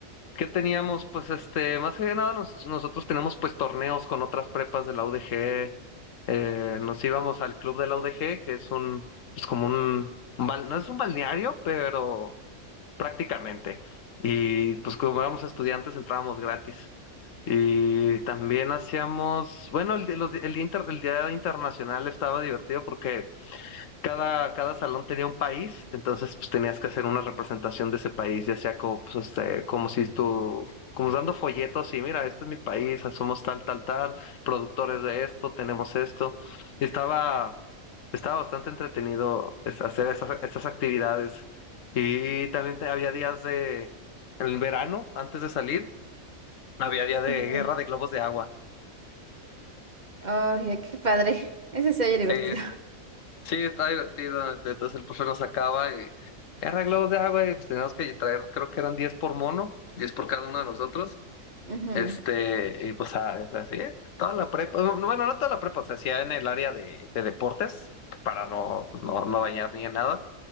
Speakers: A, on the left (about 70°); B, on the right (about 35°).
A: ¿qué teníamos? Pues este, más que nada, nos- nosotros tenemos pues torneos con otras prepas de la UDG. eh, nos íbamos al club de la UDG, que es un, pues como un, un bal- no es un balneario, pero prácticamente. Y pues como éramos estudiantes, entrábamos gratis. Y también hacíamos, bueno, el, di- los di- el día, inter- el día internacional estaba divertido porque cada, cada salón tenía un país, entonces pues tenías que hacer una representación de ese país, ya sea como, pues, este, como si tú, como dando folletos y mira, este es mi país, ah, somos tal, tal, tal, productores de esto, tenemos esto. Y estaba, estaba bastante entretenido es- hacer esas, estas actividades. Y también te- había días de, en el verano, antes de salir, había día de
B: Ujú,
A: guerra de globos de agua.
B: Oye, qué padre. Ese se oye divertido.
A: Sí, Sí, está divertido. este, Entonces el profe nos sacaba y eran globos de agua y pues teníamos que traer, creo que eran 10 por mono, 10 por cada uno de nosotros.
B: <laughs> ujú.
A: Este, y pues ah, es así, ¿eh? toda la prepa, no, no, bueno, no toda la prepa, se hacía en el área de, de deportes para no, pues no, no bañar ni en nada,